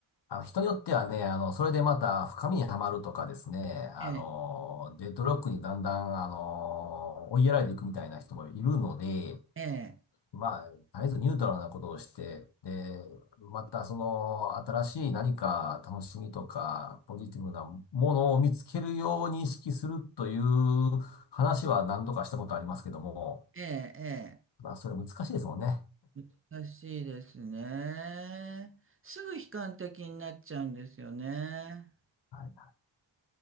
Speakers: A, on the left; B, on the right.
A: あの人によってはね、あの、それでまた深みにはまるとかですね、あの、
B: ええ、
A: デッドロックにだんだん、あの、追いやられていくみたいな人もいるので、
B: ええ。
A: まあ、とりあえずニュートラルなことをして、で、またその新しい何か楽しみとかポジティブなものを見つけるように意識するという話は何度かしたことありますけども、
B: ええ、え
A: まあそれ難しいですもんね。
B: え、難しいですね。すぐ悲観的になっちゃうんですよね。
A: はい、